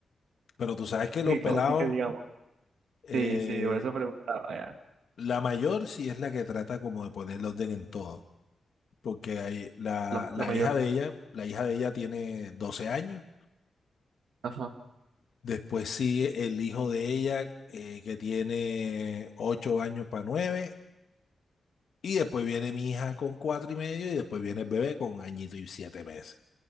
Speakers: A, on the left; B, on the right.
A: pero tú sabes
B: <laughs>
A: que los
B: Y
A: pelados,
B: como así que digamos.
A: eh,
B: Sí, sí, por eso preguntaba ya.
A: la mayor sí es la que trata como de poner el orden en todo, porque hay, la,
B: La,
A: la
B: la mayor.
A: hija de ella, la hija de ella tiene doce años
B: Ajá,
A: Después sigue el hijo de ella, eh, que tiene ocho años para nueve. Y después viene mi hija con cuatro y medio. Y después viene el bebé con añito y siete meses.